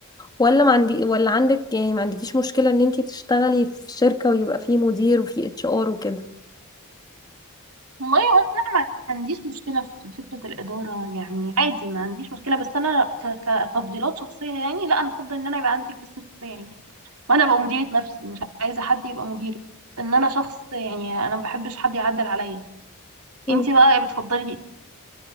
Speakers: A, on the left (about 20°); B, on the right (about 80°).
A: ولا ما عندي ولا عندك يعني ما عندكيش مشكلة ان انتي تشتغلي في شركة ويبقى فيه مدير وفيه اتش ار وكده
B: والله انا ما عنديش مشكله في فكره الاداره يعني عادي ما عنديش مشكله بس انا ك- ك- كتفضيلات شخصيه يعني لا انا افضل ان انا يبقى عندي البزنس بتاعي يعني وانا ابقى مديره نفسي مش عايزه حد يبقى مديري ان انا شخص يعني انا ما بحبش حد يعدل عليا
A: مم.
B: انتي بقى بتفضلي